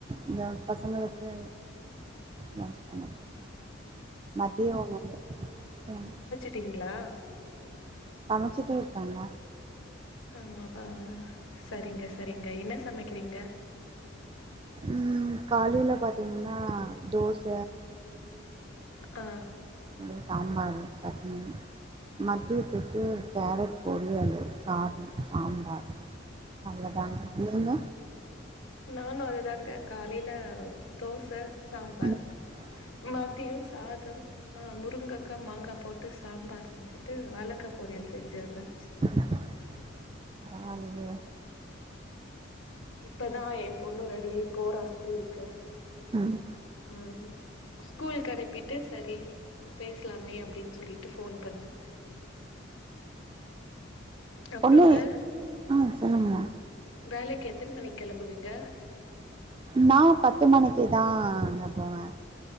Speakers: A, on the right; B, on the left.
A: இந்த பசங்களுக்கு நாச்சுன் <unintelligible> மதிய உணவு செய்யணு
B: ட்டிங்களா
A: சமச்சிட்டே இருக்காங்க
B: ஆமாபா சரிங்க சரிங்க என்ன சமைக்கிறீங்க
A: ம் காலையில பாத்தீங்கன்னா தோச
B: ஆ
A: இங்க சாம்பாரு சட்னி மத்தியத்துக்கு கேரட் பொரியலு சார்ன் சாம்பார் அவ்ளோதாங்க
B: ம்
A: நீங்க
B: நானு அதுதாங்க காலையில தோச சாம்பார்
A: ம். சாம்பார்.
B: மதியோ சாதம் ஆ முருங்கக்கா மாங்கா போட்டு சாம்பார் செஞ்சுட்டு வாழக்கா பொரியல் செஞ்சிருந்தே
A: <unintelligible>
B: இப்பதா என் பொண்ணு ரெடியாயி போறா ஸ்கூலுக்கு
A: ம்.
B: ம்ம் ஸ்கூல்க்கு அனுப்பிட்டு சரி பேசலாமே அப்டின் சொல்லிட்டு ஃபோன் பண்ணே அப்புறங்க
A: ஒண்ணுனே ஆ சொல்லுங்மா
B: வேலைக்கு எத்தன் மணிக் கெளம்புவீங்க
A: நா பத்து மணிக்கு தாங்க போவே